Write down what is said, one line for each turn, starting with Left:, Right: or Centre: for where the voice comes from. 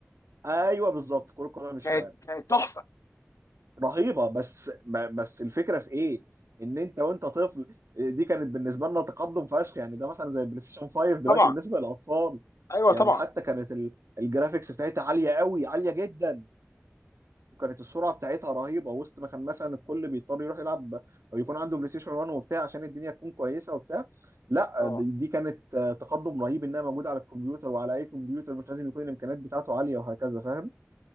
Right: ايوه بالظبط كرة قدم الشوارع
Left: كانت كانت تحفه
Right: رهيبة بس ب- بس الفكرة في ايه؟ ان انت وانت طفل دي كانت بالنسبة لنا تقدم فشخ يعني ده مثلا زي البلاي ستيشن 5 دلوقتي
Left: طبعا
Right: بالنسبة للاطفال
Left: ايوه
Right: يعني
Left: طبعا
Right: حتى كانت ال- الجرافيكس بتاعتها عالية قوي عالية جدا وكانت السرعة بتاعتها رهيبة وسط ما كان مثلا الكل بيضطر يروح يلعب او يكون عنده بلاي ستيشن 1 وبتاع عشان الدنيا تكون كويسة وبتاع لا
Left: اه
Right: دي دي كانت آه، تقدم رهيب انها موجودة على الكمبيوتر وعلى اي كمبيوتر مش لازم يكون الامكانيات بتاعته عالية وهكذا فاهم؟